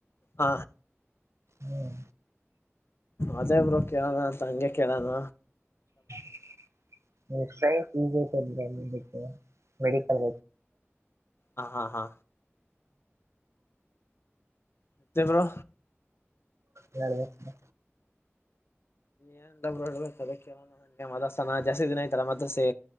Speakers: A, on the left; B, on the right.
A: ಆ
B: ಹ್ಮ್
A: ಅದೇಬ್ರು ಕೇಳೋಣ ಅಂತ ಹಂಗೆ ಕೇಳದು
B: <inaudible> ಸೈನ್ಸ್ ಈಜಿ <unintelligible> ಮೆಡಿಕಲ್
A: ಹ ಹಾ ಹಾ ಮತ್ತೆ ಬ್ರೋ
B: ಹೇಳ್ಬೇಕ್ ಬ್ರೋ
A: ಏನಿಲ್ಲ ಬ್ರೋ ಹೇಳ್ಬೇಕ್ ಅದೇ ಕೇಳಣ ಅಂದೆ ಮದಸ್ಾನ ಜಾತಿ ದಿನ ಆಐತಲ್ಲ ಮತ್ರಸೇ